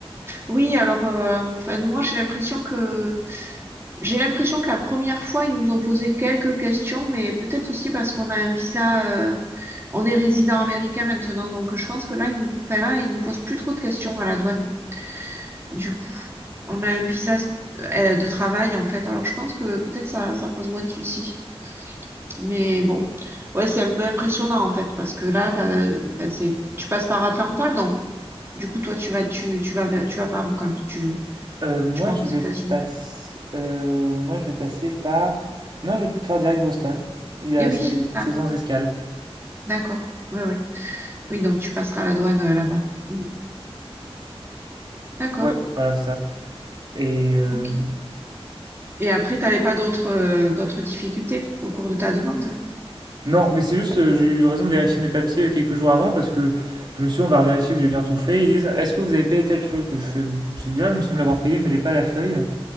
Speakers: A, on the right; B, on the right.
A: Oui, alors, euh, enfin, moi, j'ai l'impression que J'ai l'impression que la première fois, ils nous ont posé quelques questions, mais peut-être aussi parce qu'on a un visa, euh, on est résident américain maintenant, donc je pense que là, ils nous, enfin là, ils nous posent plus trop de questions à la douane. Du coup, on a un visa euh, de travail en fait, alors je pense que peut-être ça, ça pose moins de soucis. Mais bon, ouais, c'est un peu impressionnant en fait, parce que là, t'as, enfin, c'est, tu passes par Atlanta, non? Du coup, toi, tu vas, tu, tu vas, vers- tu vas par où quand tu,
B: Heu, moi
A: tu pars
B: je
A: aux États-Unis?
B: vais passer, moi je vais passer par non, je vais faire direct Boston. Il y a
A: Eh oui,
B: c'est
A: c'est ça.
B: c'est sans escale.
A: D'accord. Ouais, ouais. Oui, donc tu passeras la douane euh, là-bas. Mm. D'accord,
B: Ouais, voilà, c'est ça et hem,
A: ok. Et après, t'avais pas d'autres euh, d'autres difficultés au cours de ta demande?
B: non, mais c'est juste, heu, j'ai eu raison de vérifier mes papiers, heu, quelques jours avant parce que je me suis dit: «On va vérifier que j'ai bien tout fait». Ils disent: «Est-ce que vous avez payé tel truc?» Je fais: «Mmh, c'est bien, il me semble l'avoir payé, mais j'ai pas la feuille».